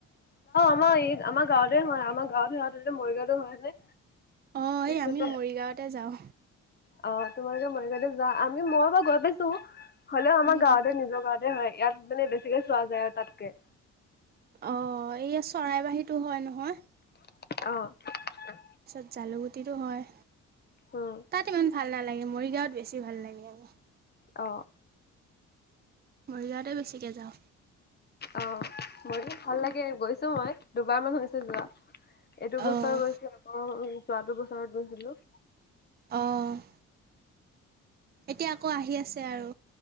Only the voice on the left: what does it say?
অ', এই আমাৰ এই আমাৰ গাঁৱতে হয় আমাৰ গাঁৱতে <unintelligible> মৰিগাওঁটো হয় নে?
তাৰপিছতে
অ', তোমালোকে মৰিগাওঁতে যোৱা আমি মই বাৰু গৈ পাইছোঁ হ'লেও আমাৰ
গাঁৱতে নিজৰ গাঁৱতে এ, হয়, ইয়াত মানে বেছিকে চোৱা যায় আৰু তাতকে।
অ'।
উম
অ'।
অ', মইনো ভাল লাগে গৈছো মই, দুবাৰ মান হৈছে যোৱা। এইটো বছৰ
গৈছিলো আকৌ যোৱাটো বছৰত গৈছিলো